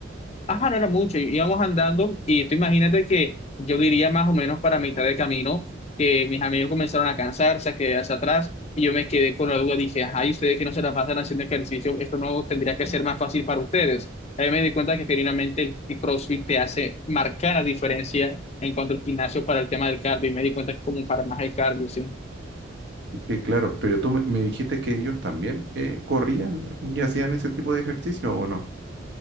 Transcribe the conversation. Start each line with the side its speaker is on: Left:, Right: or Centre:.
Left: Ajá, no era mucho, íbamos andando y tú imagínate que yo diría más o menos para mitad de camino que mis amigos comenzaron a cansarse, a quedarse atrás y yo me quedé con la duda, dije, ajá, y ustedes que no se la pasan haciendo ejercicio, esto no tendría que ser más fácil para ustedes. Ahí me di cuenta que genuinamente el el CrossFit te hace marcar la diferencia en cuanto al gimnasio para el tema del cardio y me di cuenta que es como para más el cardio, ¿sí?
Right: Que claro, pero tú me, me dijiste que ellos también eh, corrían y hacían ese tipo de ejercicio, ¿o no?